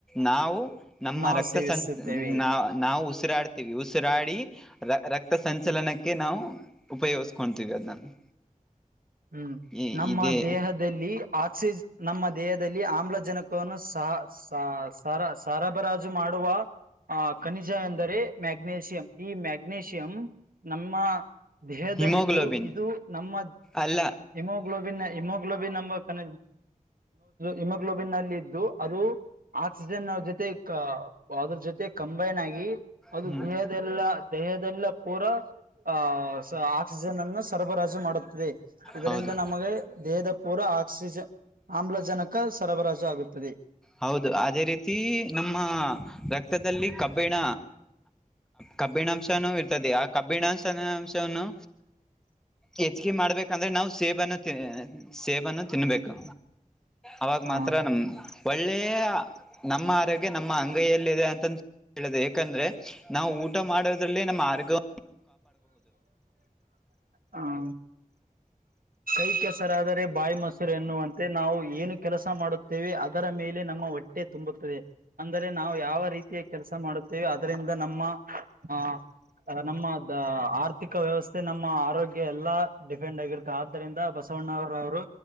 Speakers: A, in the centre; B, on the right.
A: ನಾವು ನಮ್ಮ
B: ನಾವು
A: ರಕ್ತ
B: ಸೇವಿಸುತ್ತೇವೆ
A: ಸಂ ನಾ ನಾವು ಉಸಿರಾಡ್ತೀವಿ ಉಸಿರಾಡಿ ರಕ್ತ ಸಂಚಲನ ಣಕ್ಕೆ ನಾವು ಉಪಯೋಗಿಸ್ಕೊತೀವಿ ಅದನ್ನ
B: ಹ್ಮ್
A: ಈ
B: ನಮ್ಮ
A: ಇದೇ
B: ದೇಹದಲ್ಲಿ ಆಕ್ಸಿಜ ನಮ್ಮ ದೇಹದಲ್ಲಿ ಆಮ್ಲಜನಕವನ್ನು ಸಹ ಸರ ಸರಬರಾಜು ಮಾಡುವ ಆ ಖನಿಜ ಎಂದರೆ ಮ್ಯಾಗ್ನೇಷಿಯಂ ಈ ಮ್ಯಾಗ್ನೇಷಿಯಂ ನಮ್ಮ ದೇಹದಲ್ಲಿದ್ದು
A: ಹಿಮೋಗ್ಲೋಬಿನ್
B: ಇದು ನಮ್ಮ
A: ಅಲ್ಲ
B: ಹಿಮೋಗ್ಲೋಬಿನ್ ಹಿಮೋಗ್ಲೋಬಿನ್ ನಂಬ ಕನಮ ಹಿಮೋಗ್ಲೋಬಿನ್ಲ್ಲಿ ಇದ್ದು ಅದು ಆಕ್ಸಿಜನ್ ಅವ್ರ ಜೊತೆ ಅದ್ರ ಜೊತೆ ಕಂಬೈನ್ ಆಗಿ ಅದು
A: ಹ್ಮ್
B: ದೇಹದೆಲ್ಲ ದೇಹದೆಲ್ಲ ಪೂರ ಆಹ ಆಕ್ಸಿಜನ್ ಅನ್ನು ಸರಬರಾಜು ಮಾಡುತ್ತದೆ ಇದರಿಂದ
A: ಹೌದು
B: ನಮಗೆ ದೇಹದ ಪೂರವ ಆಕ್ಸಿಜನ್ ಆಮ್ಲಜನಕ ಸರಬರಾಜು ಆಗುತ್ತದೆ
A: ಹೌದು ಅದೇ ರೀತಿ ನಮ್ಮ ರಕ್ತದಲ್ಲಿ ಕಬ್ಬಿಣ ಕಬ್ಬಿಣಾಂಶನೂ ಇರ್ತದೆ ಆ ಕಬ್ಬಿಣಾಂಶ ಅಂಶವನ್ನು ಹೆಚ್ಚಿಗೆೆ ಮಾಡ್ಬೇಕ ಅಂದ್ರೆ ನಾವು ಸೇಬನ್ನು ಸೇಬನ್ನು ತಿನ್ಬೇಕು ಅವಾಗ
B: ಹ
A: ಮಾತ್ರ ನಮ ಒಳ್ಳೆಯ ನಮ್ಮ ಆರೋಗ್ಯ ನಮ್ಮ ಅಂಗೈಯಲ್ಲಿದೆ ಅಂತಂದು ಹೇಳದ ಯಾಕಂದ್ರೆ ನಾವು ಊಟ ಮಾಡೋದ್ರಲ್ಲಿೇ ನಮ್ಮ ಆರ್ಗ
B: ಹಾ ಕೈ ಕೆಸರಾದರೆ ಬಾಯಿ ಮಸ್ ಎನ್ನುವಂತೆ ನಾವು ಏನು ಕೆಲಸ ಮಾಡುತ್ತೇವೆ ಅದರ ಮೇಲೆ ನಮ್ಮ ಹೊಟ್ಟೆ ತುಂಬುತ್ತದೆ ಅಂದರೆ ನಾ ನಾವು ಯಾವ ರೀತಿಯ ಕೆಲಸ ಮಾಡುತ್ತೇವೆ ಅದರಿಂದ ನಮ್ಮ ಆ ಅದ ನಮ್ಮದ ಆರ್ಥಿಕ ವ್ಯವಸ್ಥೆ ನಮ್ಮ ಆರೋಗ್ಯ ಎಲ್ಲಾ ಡಿಪೆಂಡ್ ಆಗಿರ್ ಆದ್ದರಿಂದ ಬಸವಣ್ಣರವರು